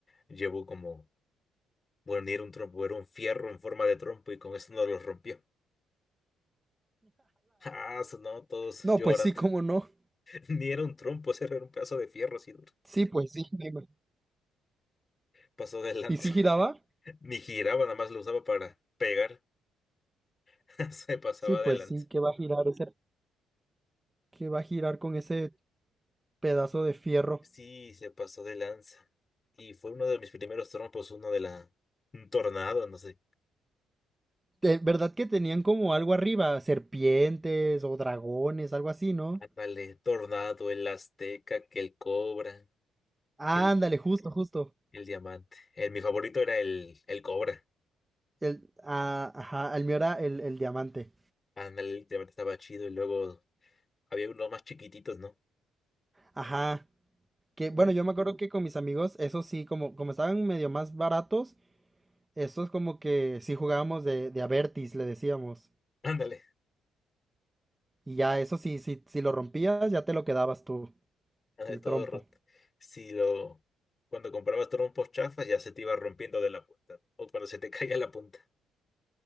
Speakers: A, on the left; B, on the right.
A: llevó como, bueno, ni era un trompo, era un fierro en forma de trompo y con eso no lo rompió. <laughs> Ah, sonó todos
B: No,
A: llorando.
B: pues sí, cómo no.
A: <laughs> Ni era un trompo, ese era un pedazo de fierro así duro.
B: Sí, pues sí. me imag-
A: Pasó de lanza.
B: ¿Y si giraba?
A: <laughs> Ni giraba, nada más lo usaba para pegar. <laughs> Se pasaba
B: Sí, pues
A: de lanza.
B: sí, que va a girar ese, que va a girar con ese pedazo de fierro.
A: Sí, se pasó de lanza. Y fue uno de mis primeros trompos, uno de la... Un tornado, no sé.
B: De verdad que tenían como algo arriba, serpientes o dragones, algo así, ¿no?
A: Ándale, Tornado, el Azteca, que el Cobra,
B: Ándale,
A: que el,
B: justo, justo.
A: el Diamante. El, mi favorito era el, el Cobra.
B: El, ah, ajá, el mío era el, el diamante.
A: Ándale, el Diamante estaba chido y luego había unos más chiquititos, ¿no?
B: Ajá. Que
A: Uno-
B: bueno, yo me acuerdo que con mis amigos, eso sí, como, como estaban medio más baratos, estos como que sí jugábamos de, de Avertis, le decíamos.
A: <laughs> Ándale,
B: Y ya eso sí, sí, si lo rompías, ya te lo quedabas tú,
A: ándale,
B: el
A: todo
B: trompo.
A: roto. Si lo, cuando comprabas trompos chafas ya se te iba rompiendo de la punta. O cuando se te <laughs> caía la punta.